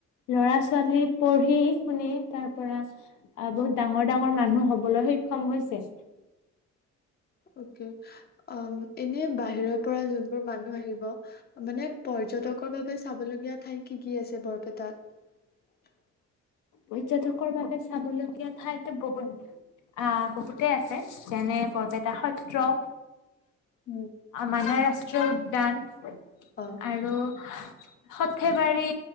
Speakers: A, on the left; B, on the left.
A: লৰা-ছোৱালী পঢ়ি শুনি তাৰ পৰা, আহ বহুত ডাঙৰ ডাঙৰ মানুহ হবলৈ সক্ষম হৈছে।
B: অকে, অঁ এনে বাহিৰত পৰা যোনবোৰ মানুহ আহিব মানে পৰ্যটকৰ বাবে চাবলগীয়া ঠাই কি কি আছে বৰপেটাত?
A: পৰ্যটকৰ বাবে চাবলগীয়া ঠাইতো বহুত, আহ বহুতেই আছে যেনে বৰপেটা সত্ৰ
B: উম।
A: মানাহ ৰাষ্ট্ৰীয় উদ্যান
B: অ',
A: আৰু হৰ্থেবাৰী